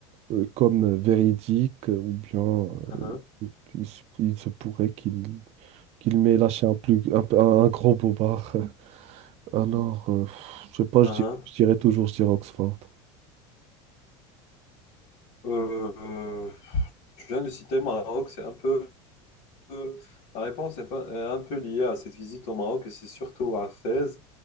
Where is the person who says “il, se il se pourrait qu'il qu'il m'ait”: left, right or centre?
Right